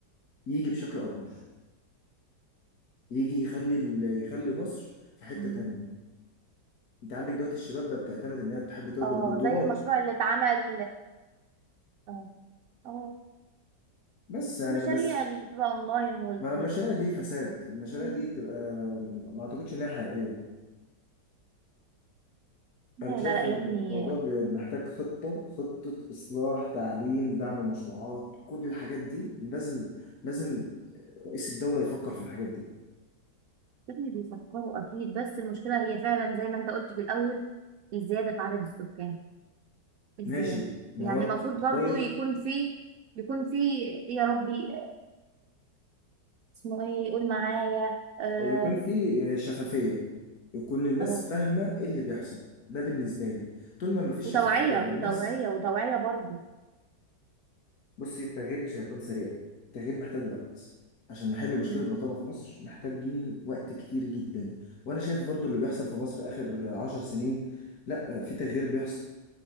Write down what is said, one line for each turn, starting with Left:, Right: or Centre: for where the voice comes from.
Left: يجي بشكل اكبر يجي يخلي ال- يخلي مصر في حته
Right: مم.
Left: تانية انت عندك دلوقتي الشباب بقى بتعتمد ان هي بتحب تقبض
Right: اه
Left: بالدولار
Right: زي المشروع اللي اتعمل اه آه.
Left: بس يعني
Right: المشاريع
Left: بس
Right: اللي بتبقى اونلاين وال...
Left: مع المشاريع دي فساد المشاريع
Right: مم.
Left: دي بتبقى ما اعتقدش ان هي حقيقيه
Right: لا
Left: انا شايف
Right: لا لا
Left: ان
Right: يا ابني
Left: الموضوع ب- محتاج خطه خطه اصلاح تعليم دعم مشروعات كل الحاجات دي لازم لازم رئيس الدوله يفكر في الحاجات دي
Right: ابني بيفكروا اكيد بس المشكله هي فعلا زي ما انت قلت في الاول الزياده في عدد السكان الزياده
Left: ماشي ما
Right: يعني
Left: هو الت-
Right: المفروض
Left: التغير
Right: برضو يكون في يكون في يا ربي اسمه ايه قول معايا اه
Left: يكون فيه شفافية يكون الناس
Right: اه
Left: فاهمة ايه اللي بيحصل ده بالنسبة لي طول ما مفيش
Right: وتوعيه
Left: شفافية للناس
Right: وتوعيه وتوعيه برضو
Left: بصي التغيير مش هيكون سريع التغيير محتاج وقت عشان نحل مشكلة
Right: مم.
Left: البطالة في مصر محتاجين وقت كتير جدا وأنا شايف برضو اللي بيحصل في مصر آخر عشر سنين لأ في تغيير بيحصل